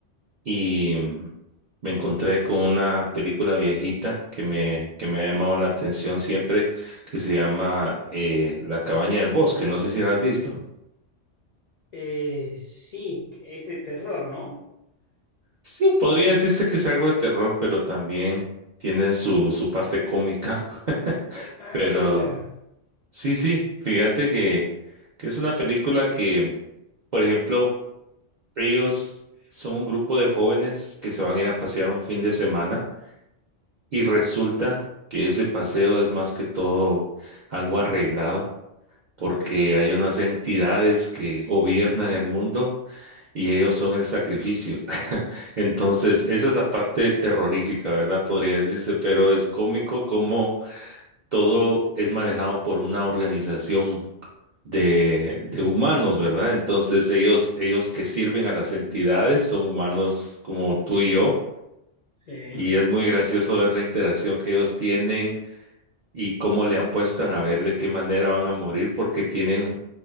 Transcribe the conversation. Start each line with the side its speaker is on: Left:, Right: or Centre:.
Right: y mm, me encontré con una película viejita que me, que me ha llamado la atención siempre, que se llama eh, La cabaña del bosque. No sé si la has visto.
Left: Eh, sí, es de terror, ¿no?
Right: Sí, podría decirse que es algo de terror, pero también tiene su, su parte cómica, <laughs>
Left: Ah,
Right: pero...
Left: no me digas.
Right: Sí, sí, fíjate que, que es una película que, por ejemplo, ellos son un grupo de jóvenes que se van a ir a pasear un fin de semana y resulta que ese paseo es más que todo algo arreglado porque hay unas entidades que gobiernan el mundo y ellos son el sacrificio. <laughs> Entonces, esa es la parte terrorífica, ¿verdad? Podría decirse, pero es cómico como todo es manejado por una organización de, de humanos, ¿verdad? Entonces ellos, ellos que sirven a las entidades son humanos como tú y yo,
Left: Sí,
Right: y es muy gracioso ver la interacción que ellos tienen y cómo le apuestan a ver de qué manera van a morir, porque tienen